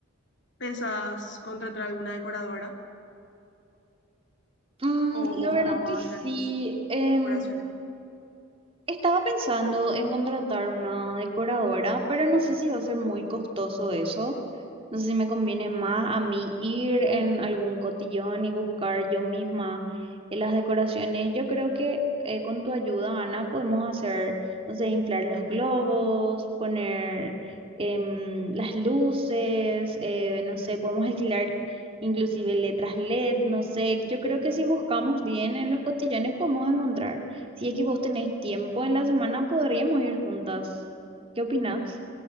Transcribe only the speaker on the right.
Mm,
la
verdad
que sí.
eh,
Estaba pensando en contratar una decoradora, pero no sé si va a ser muy costoso eso. No sé si me conviene más a mí ir en algún cotillón y buscar yo misma eh, las decoraciones. Yo creo que eh, con tu ayuda, Ana, podemos hacer, no sé, inflar los globos, poner em, las luces, eh, no sé, podemos alquilar inclusive letras LED, no sé. Yo creo que si buscamos bien en los cotillones podemos encontrar. Si es que vos tenés tiempo en la semana, podríamos ir juntas. ¿Qué opinás?